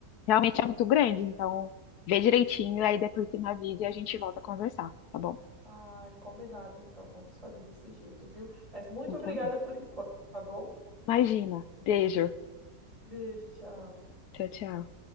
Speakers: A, on the left (about 80°); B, on the right (about 20°).
A: Realmente é muito grande, então vê direitinho, aí depois você me avisa e a gente volta a conversar, tá bom?
B: Ai, combinado então. Vamos fazer desse jeito, viu? Mas muito
A: Então
B: obrigada
A: tá bom.
B: por enquanto, tá bom?
A: Imagina, beijo,
B: Beijo, tchau.
A: tchau, tchau.